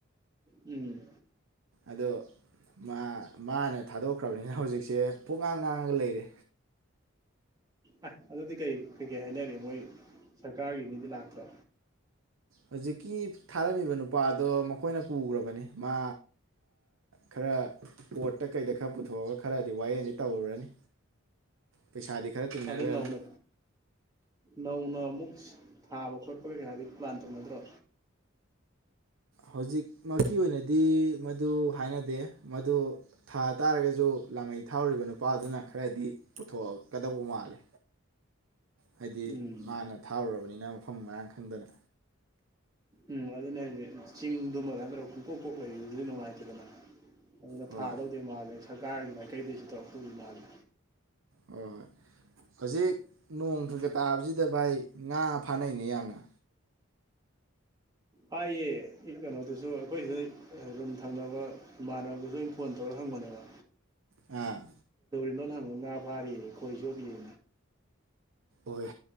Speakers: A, on the right (about 20°); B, on the right (about 75°).
A: ꯎꯝ
B: ꯑꯗꯣ ꯃꯥ ꯃꯥꯅ ꯊꯥꯗꯣꯛꯈ꯭ꯔꯕꯅꯤꯅ ꯍꯧꯖꯤꯛꯁꯦ ꯄꯣꯛ ꯉꯥꯡ ꯉꯥꯡꯉꯒ ꯂꯩꯔꯦ
A: ꯑ ꯑꯗꯨꯗꯤ ꯀꯩ ꯀꯩꯀꯩ ꯍꯥꯏꯅꯔꯤ ꯃꯣꯏ ꯁꯔꯀꯥꯔꯒꯤ ꯃꯤꯗꯤ ꯂꯥꯛꯇ꯭ꯔꯣ
B: ꯍꯧꯖꯤꯛꯀꯤ ꯊꯥꯔꯝꯃꯤꯕ ꯅꯨꯄꯥꯗꯣ ꯃꯈꯣꯏꯅ ꯄꯨꯈ꯭ꯔꯕꯅꯤ ꯃꯥ ꯈꯔ ꯀꯣꯔꯠꯇ ꯀꯩꯗ ꯈꯔ ꯄꯨꯊꯣꯛꯑꯒ ꯈꯔꯗꯤ ꯋꯥꯌꯦꯜꯗꯤ ꯇꯧꯔꯨꯔꯅꯤ ꯄꯩꯁꯥꯗꯤ ꯈꯔ ꯇꯤꯡꯅꯒ꯭ꯔꯅꯤ
A: ꯑꯗꯣ ꯅꯧꯅ ꯅꯧꯅ ꯑꯃꯨꯛ ꯊꯥꯕ ꯈꯣꯠꯄ ꯀꯩ ꯀꯥꯗꯤ ꯄ꯭ꯂꯥꯟ ꯇꯧꯅꯗ꯭ꯔꯣ
B: ꯍꯧꯖꯤꯛꯃꯛꯀꯤ ꯑꯣꯏꯅꯗꯤ ꯃꯗꯨ ꯍꯥꯏꯅꯗꯦ ꯃꯗꯨ ꯊꯥ ꯇꯥꯔꯒꯁꯨ ꯂꯥꯃꯩ ꯊꯥꯎꯔꯤꯕ ꯅꯨꯄꯥꯗꯨꯅ ꯈꯔꯗꯤ ꯄꯨꯊꯣꯛꯀꯗꯧꯕ ꯃꯥꯜꯂꯦ ꯍꯥꯏꯗꯤ
A: ꯎꯝ
B: ꯃꯥꯅ ꯊꯥꯔꯨꯔꯕꯅꯤꯅ ꯃꯐꯝ ꯃꯔꯥꯡ ꯈꯪꯗꯅ
A: ꯎꯝ ꯑꯗꯨꯅꯦ ꯍꯥꯏꯗꯤ ꯆꯤꯡꯗꯨꯃꯗ <unintelligible> ꯄꯨꯡꯀꯣꯛ ꯀꯣꯛ ꯂꯩꯕꯗꯨꯗꯤ ꯅꯨꯡꯉꯥꯏꯇꯦꯗꯅ ꯑꯗꯨꯅ
B: ꯍꯣꯏ
A: ꯊꯥꯗꯧꯗꯦ ꯃꯥꯜꯂꯦ ꯁꯔꯀꯥꯔꯒꯤ ꯃꯥꯏꯀꯩꯗꯩꯁꯨ ꯇꯧꯔꯛꯇꯧꯗꯤ ꯃꯥꯜꯂꯦ
B: ꯍꯣꯏ ꯍꯧꯖꯤꯛ ꯅꯣꯡ ꯈꯒ ꯇꯥꯕꯁꯤꯗ ꯚꯥꯏ ꯉꯥ ꯐꯥꯅꯩꯅꯦ ꯌꯥꯝꯅ
A: ꯍꯥꯏꯌꯦ ꯀꯩꯅꯣꯗꯨꯁꯨ ꯑꯩꯈꯣꯏꯁꯤꯗ ꯔꯨꯝ ꯊꯪꯅꯕ ꯏꯃꯥꯟꯅꯕꯗꯨꯁꯨ ꯑꯝ ꯐꯣꯟ ꯇꯧꯔ ꯍꯪꯕꯅꯦꯕ
B: ꯑ
A: ꯍꯪꯕꯗꯥ ꯉ ꯐꯥꯔꯤꯌꯦ ꯈꯣꯏ ꯆꯣꯞꯄꯤꯌꯦ
B: ꯍꯣꯏ